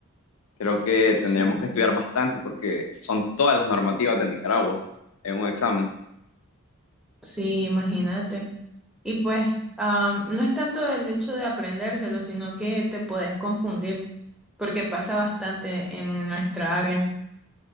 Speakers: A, on the left; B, in the centre.
A: Creo que tendríamos
B: Sí,
A: que estudiar bastante porque son todas las normativas de Nicaragua en un examen.
B: Sí, imagínate. Y pues am, no es tanto el hecho de aprendérselo, sino que te puedes confundir porque pasa bastante en nuestra área.